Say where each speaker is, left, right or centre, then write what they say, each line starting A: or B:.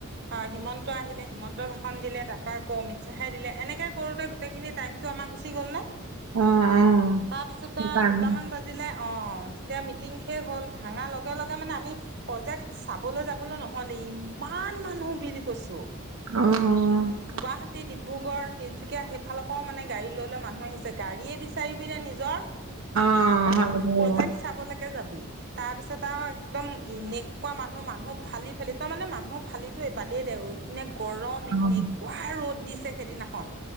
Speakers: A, on the right; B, on the right.
A: অ হিমন্ত আহিলে হিমন্ত ভাষন খন দিলে তাৰ পৰা আকৌ অমিত শ্বাহে দিলে এনেকে কৰো দে গোটেইখিনি টাইমটো আমাক গুচি গল নে
B: অ অ
A: তাৰপিছতে
B: সেইকাৰণে
A: দুটামান বাজিলে অ তেতিয়া মিটিং শেষ হ'ল ভাঙা লগে লগে মানে আমি প্ৰজেক্ট চাবলৈ যাবলৈ নহ'লে ইমান মানুহ বুলি কৈছোঁ
B: অ অ
A: গুৱাহাটী ডিব্ৰুগড় তিচুকীয়া সেইফালৰ পৰাও মানে গাড়ী লৈ লৈ মানুহ আহিছে গাড়ীয়ে বিচাৰিবি নে নিজৰ
B: অ হয় দে
A: প্ৰজেক্ট চাবলৈ যাবি তাৰ পিছত আৰু একদম এনেকুৱা মানুহ মানুহ ফালি ফালি তই মানে মানুহৰ ফালি বাদেই দে এনে গৰম এনেকুৱা
B: অ
A: ৰ'দ দিছে সেইদিনাখন